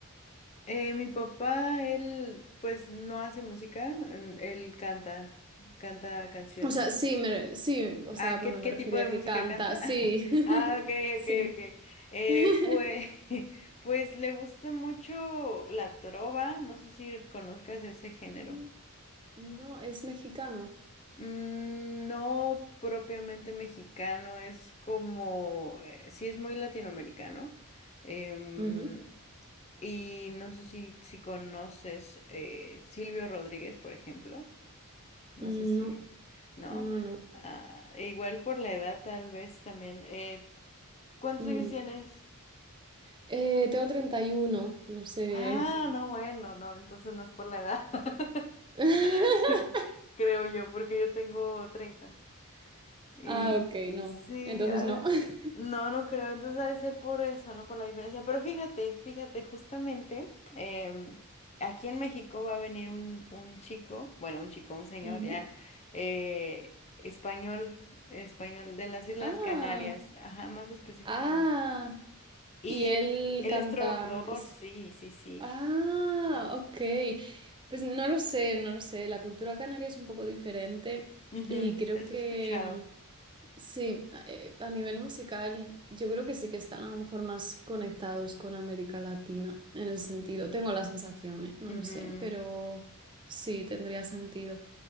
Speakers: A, on the left; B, on the right.
A: Eh, mi papá, él pues no hace música, en- él canta, canta canciones.
B: O sea, sí, me re- sí, o sea,
A: Ah,
B: bueno,
A: ¿qué, qué
B: me refería
A: tipo de
B: a
A: música
B: que canta,
A: canta?
B: sí,
A: <laughs>
B: <laughs>
A: Ah, ok,
B: sí.
A: ok, ok. Eh,
B: <laughs>
A: pues, <laughs> pues le gusta mucho la trova, no sé si conozcas ese género.
B: Mm, No, es mexicano.
A: Mm, No propiamente mexicano, es como, eh, sí es muy latinoamericano. Em,
B: Ujú.
A: Y no sé si, si conoces eh, Silvio Rodríguez, por ejemplo. No
B: No,
A: sé si, ¿no?
B: no, no.
A: Ah, e igual por la edad, tal vez también. Eh, ¿cuántos
B: Mm.
A: años tienes?
B: Eh, tengo 31, no sé.
A: Ah, no, bueno, no, entonces no es por la edad. <laughs>
B: <laughs>
A: Creo yo, porque yo tengo 30 Y
B: Ah, ok, no.
A: sí,
B: Entonces
A: ah,
B: no. <laughs>
A: no, no creo. Entonces ha de ser por eso, ¿no? Por la diferencia. Pero fíjate, fíjate, justamente em, aquí en México va a venir un, un chico, bueno, un chico, un señor
B: Ujú.
A: ya, eh, español, español de las Islas
B: Ah,
A: Canarias, ajá, más específicamente.
B: ah,
A: Y
B: y él
A: él, él
B: canta,
A: es trovador,
B: es,
A: sí, sí, sí.
B: ah,
A: sí.
B: ok, pues no lo sé, no lo sé, la cultura canaria es un poco diferente
A: Ujú,
B: y creo
A: eso
B: que
A: he escuchado.
B: mm, sí, a eh, a nivel musical yo creo que sí que están a lo mejor más conectados con América Latina en el sentido, tengo la sensación, eh, No
A: Ujú.
B: lo sé, pero sí, tendría sentido.